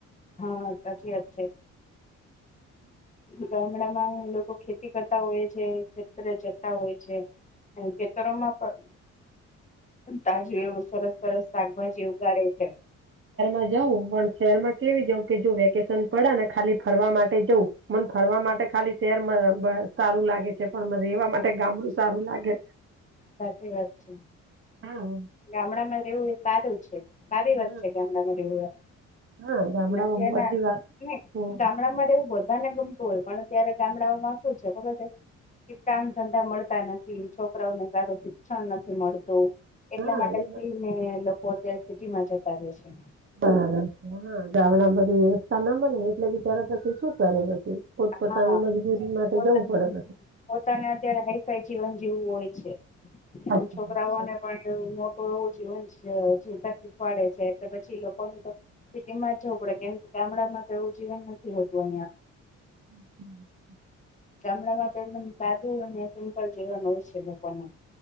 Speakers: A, on the left; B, on the right.
A: હા સાચી વાત છે
B: <inaudible>
A: ગામડામાં લોકો ખેતી કરતા હોય છે ખેતરે જતા હોય છે ખેતરોમાં પણ તાજું એવું સરસ સરસ શાકભાજી ઉગાડે છે
B: પછી જાઉં <unintelligible> શહેર માં કેવી જઉં કે જો વેકેશન પડે ને ખાલી ફરવા માટે જઉં મને ફરવા માટે ખાલી શહેરમાં સારું લાગે છે પણ રહેેવા માટે ગામડું સારું લાગે
A: સાચી વાત છે
B: હા
A: ગામડા માં રહેવું એ સારું છે સારી વાત
B: હા
A: છે ગામડામાં રહેવું એ
B: હા ગામડામાં
A: અને તના
B: બધી વાત હમ
A: ગામડામાં એવું બધાને ગમતું હોય પણ અ્યારે ગામડાઓમાં શું છે ખબર છે કે કામ ધંધા મળ નથી છોકરાઓને સારું શિક્ષણ નથી મળતું એટલા
B: હા
A: માટે
B: એ વાત
A: અને લોકો અત્યારે સિટી માં જતા રહે છે
B: બરાબર છે હા ગામડામાં બધી વ્યવસ્થા ના બને એટલે બિચારા પછી શું કરે પછી પોતપોતાની
A: હા
B: મજબૂરી માટે
A: પોતાનું
B: જવું પડે
A: પોતાને અત્યારે હાઈફાઈ જીવન જીવવું હોય છે
B: સાચી
A: એ છોકરાઓને
B: વાત છે
A: પણ એ મોટું એવું જીવન જે તકફ પડે છે એલે પછી લોકોનું તો સિટીમાં જવું પડે કેમ ગામડામાં તો એવું જીવન નથી હોતું અહિયાં
B: મ હમ
A: ગામડામાં તો એકદમ સાદું અને સિમ્પલ જીવન હોય છે લોકોનું